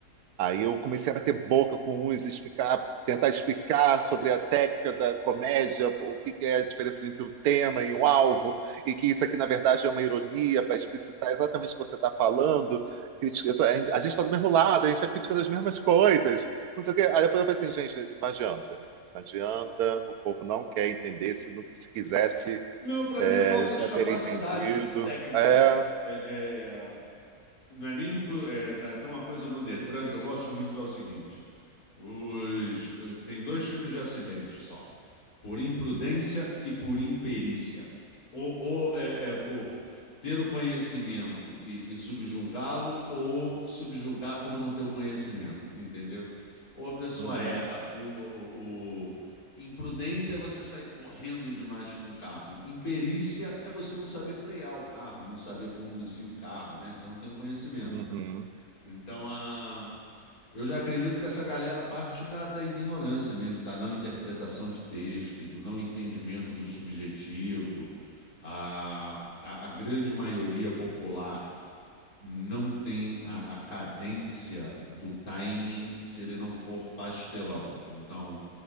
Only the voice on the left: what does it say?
Não, para
mim é falta
de capacidade
técnica.
É, é, não é nem. Pro, é, na- tem uma coisa no Detran que eu gosto muito que é o seguinte. Os, eh, tem dois tipos de acidentes só: por imprudência e por imperícia. Ou, ou é, é por ter o conhecimento e, e subjulgá-lo, ou subjulgar por não ter o conhecimento, entendeu? Ou a pessoa
erra. Por, o- o- imprudência é você sair correndo demais com o carro. Imperícia é você não saber frear o carro, não saber conduzir o carro, né? Você não tem o conhecimento.
Então, a, eu já acredito que essa galera parte da, da ignorância mesmo, da não interpretação de texto, do não entendimento do subjetivo. A, a, a grande maioria popular não tem a, a cadência do timing se ele não for pastelão. Então,